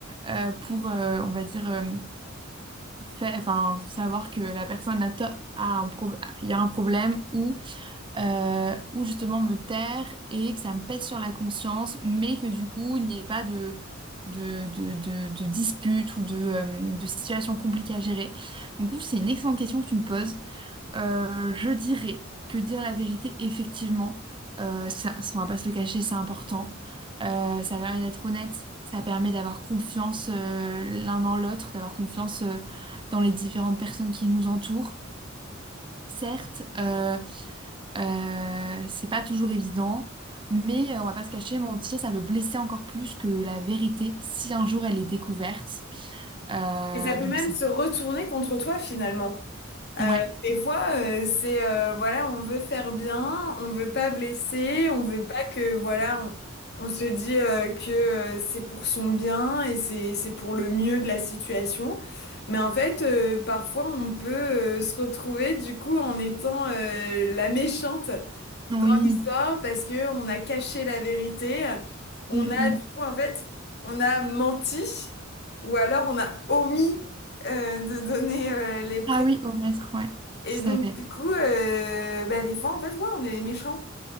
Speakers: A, on the right; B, on the left.
A: euh, pour, euh, on va dire, euh, fait- enfin, savoir que la personne a, to- a un problème, il y a un problème, ou, euh, ou justement me taire et que ça me pèse sur la conscience, mais que du coup, il n'y ait pas de, de, de, de- de dispute ou de, euh, de situation compliquée à gérer. Donc, du coup, c'est une excellente question que tu me poses. Euh, je dirais que dire la vérité, effectivement, euh, ça, ça, on va pas se le cacher, c'est important. Euh, ça permet d'être honnête, ça permet d'avoir confiance euh, l'un dans l'autre, d'avoir confiance euh, dans les différentes personnes qui nous entourent. Certes, euh, euh, c'est pas toujours évident, mais euh, on va pas se cacher, mentir, ça peut blesser encore plus que la vérité si un jour elle est découverte. Euh,
B: Et ça peut
A: donc
B: même
A: c'est...
B: se retourner contre toi finalement. Euh,
A: Ouais.
B: des fois, euh, c'est euh, voilà, on veut faire bien, on veut pas blesser, on veut pas que voilà, on, on se dit euh, que euh, c'est pour son bien et c'est c'est pour le mieux de la situation. Mais en fait, euh, parfois, on peut euh, se retrouver du coup en étant euh, la méchante
A: Oui.
B: dans l'histoire parce que on a caché la vérité, on
A: Mm, mm.
B: a du
A: mm.
B: coup en fait, on a menti ou alors on a omis euh, de donner euh, les précisions.
A: Ah oui, au maître, ouais,
B: Et
A: tout
B: donc,
A: à fait.
B: du coup, euh, bah, des fois, en fait, ouais, on est les méchants.